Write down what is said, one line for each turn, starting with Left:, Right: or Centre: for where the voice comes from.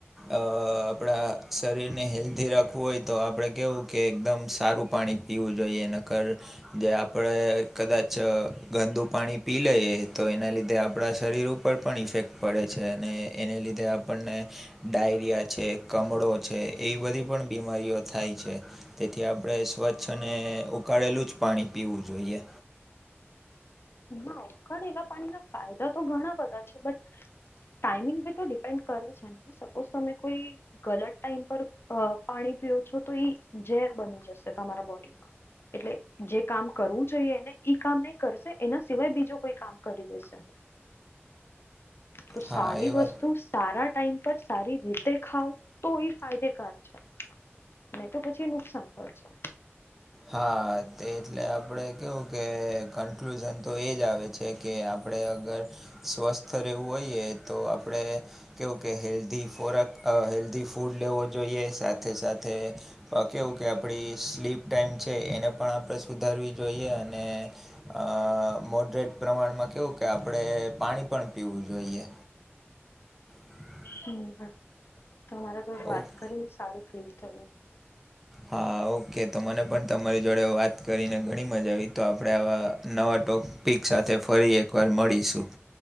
Centre: અહ આપણા શરીર ને હેલ્ધી રાખવું હોય તો આપડે કેવું કે એકદમ સારું પાણી પીવું જોઈએ, નકર જે આપણે કદાચ ગંદુ પાણી પી લઈએ, તો એના લીધે આપણા શરીર ઉપર પણ ઇફેક્ટ પડે છે, અને એને લીધે આપણને ડાયરિયા છે, કમળો છે, એવી બધી પણ બીમારીઓ થાય છે. તેથી આપણે સ્વચ્છ અને ઉકાળેલું જ પાણી પીવું જોઈએ.
Left: હા ઉકાડેલા પાણીના ફાયદા તો ઘણા બધા છે, બટ ટાઈમિંગ પે તો ડિપેન્ડ કરે છે, ને સપોઝ તમે કોઈ ગલત ટાઈમ પર અહ પાણી પીઓ છો તો ઈ ઝેર બની જશે તમારા બોડીમાં. એટલે જે કામ કરવું જોઈએ એને ઈ કામ નહીં કરશે, એના સિવાય બીજુ કોઈ કામ કરી દેશે. તો
Centre: હા
Left: સારી
Centre: એ
Left: વસ્તુ
Centre: વાત
Left: સારા ટાઈમ પર સારી રીતે ખાવ તો એ ફાયદેકાર છે. નહી તો પછી નુકસાન કરે છે.
Centre: હા તે એટલે આપડે કેવું કે કન્ક્લુઝન તો એજ આવે છે. કે આપડે અગર સ્વસ્થ રહેવું હોઈએ તો આપણે કેવું કે હેલ્ધી ખોરાક અ હેલ્ધી ફૂડ લેવો જોઈએ સાથે સાથે અ કેવું કે આપણી સ્લીપ ટાઈમ છે, એને પણ આપણે સુધારવી જોઈએ અને અ મોડરેટ પ્રમાણમાં કેવું કે આપણેે પાણી પણ પીવું જોઈએ <inaudible>
Left: હમ તમારા જોડે વાત
Centre: ઓકે
Left: કરીને સારું ફીલ થયું
Centre: હા ઓકે તો મને પણ તમારી જોડે વાત કરીને ઘણી મજા આવી તો આપણે આવા નવા ટો પિક સાથે ફરી એકવાર મળીશું